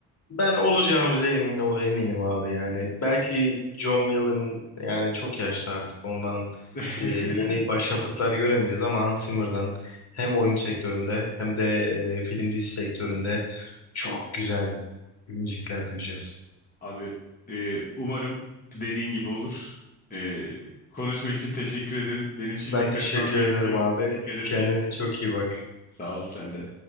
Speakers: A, on the left; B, on the left.
A: Ben olacağımıza emin ol eminim abi yani. Belki John Wall'ın yani çok yaşlı artık ondan
B: <laughs>
A: e, yeni başyapıtlar göremeyeceğiz ama Hans Zimmer'dan hem oyun sektöründe hem de e, film dizi sektöründe çok güzel müzikler duyacağız.
B: Abi e, umarım dediğin gibi olur. E, konuşma için teşekkür ederim. Benim şimdi
A: Ben
B: kaçmam
A: teşekkür
B: gerekiyor.
A: ederim abi.
B: Dikkat et
A: Kendine
B: kendine.
A: çok iyi bak.
B: Sağ ol sen de.